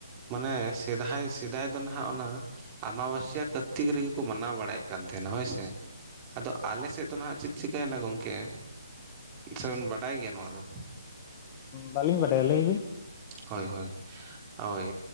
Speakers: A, on the right; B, on the left.
A: ᱢᱟᱱᱮ ᱥᱮᱫᱟᱭ ᱥᱮᱫᱟᱭ ᱫᱚ ᱱᱟᱦᱟᱜ, ᱚᱱᱟ ᱟᱢᱟᱵᱥᱭᱟᱹ ᱠᱟᱨᱛᱤᱠ ᱨᱮᱜᱮ ᱠᱚ ᱢᱟᱱᱟᱣ ᱵᱟᱲᱟᱭᱮᱫ ᱠᱟᱱ ᱛᱟᱦᱮᱱᱟ ᱦᱳᱭᱥᱮ᱾ ᱟᱫᱚ ᱟᱞᱮ ᱥᱮᱫ ᱫᱚ ᱱᱟᱜ ᱪᱮᱫ ᱪᱤᱠᱟᱹᱭᱮᱱᱟ ᱜᱚᱝᱠᱮ ᱥᱮᱵᱤᱱ ᱵᱟᱰᱟᱭ ᱜᱮᱭᱟ ᱱᱚᱣᱟ ᱫᱚ?
B: ᱵᱟᱹᱞᱤᱧ ᱵᱟᱰᱟᱭ-ᱟ ᱞᱟᱹᱭ ᱵᱤᱱ
A: ᱦᱳᱭ ᱦᱳᱭ᱾ ᱦᱳᱭ